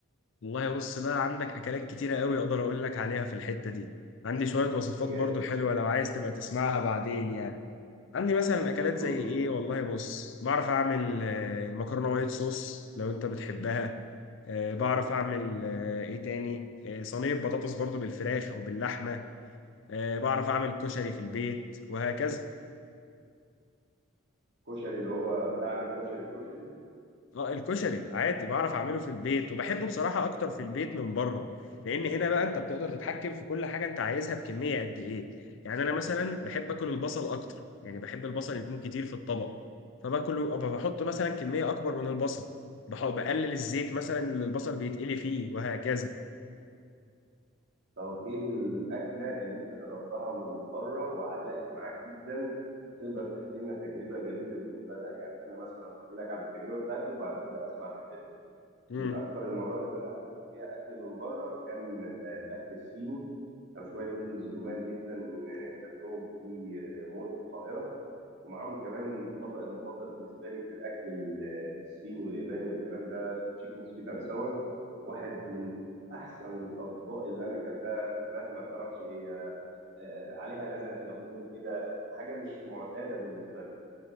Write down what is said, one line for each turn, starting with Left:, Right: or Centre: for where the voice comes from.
Left: والله بص بقى عندك أكلات كتيرة قوي أقدر أقول لك عليها في الحتة دي عندي شوية وصفات
Right: يا جامد.
Left: برضو حلوة لو عايز تبقى تسمعها بعدين يعني عندي مثلا اكلات
Right: مم.
Left: زي ايه والله بص بعرف اعمل آه، المكرونه وايت صوص لو انت بتحبها آه، بعرف اعمل آه، ايه تاني آه، صينيه بطاطس برضو بالفراخ او باللحمه آه، بعرف اعمل كشري في البيت وهكذا
Right: كشري اللي هو بتاعنا الكشري الكشري
Left: اه الكشري عادي بعرف اعمله في البيت وبحبه بصراحه اكتر في البيت من بره لان هنا بقى انت بتقدر تتحكم في كل حاجه انت عايزها بكميه قد ايه يعني انا مثلا بحب اكل البصل اكتر يعني بحب البصل يكون كتير في الطبق فباكله أبقى بحط مثلا كميه اكبر من البصل بح- بقلل الزيت مثلا اللي البصل بيتقلي فيه وهكذا
Right: طب ايه الاكله اللي انت جربتها من بره وعلقت معاك جدا وتقدر تحكي لنا تجربه جميله بالنسبه لها يعني انا مثلا احكي لك على التجربه بتاعتي وبعد كده اسمع تجربتك
Left: امم
Right: من اكتر المرات اللي انا عجبني فيها اكل من بره كان آه، الاكل الصيني كانوا شويه نودلز جمال جدا آه، كلتهم في آه، مول في القاهره ومعاهم كمان الطبق المفضل بالنسبه لي في الاكل ال- الصيني والياباني والكلام ده تشيكن سويت اند ساور واحد من احسن الاطباق اللي انا اكلتها فراخ ما تعرفش هي آه، آه، عليها لذعه ليمون كده حاجه مش معتاده بالنسبه لي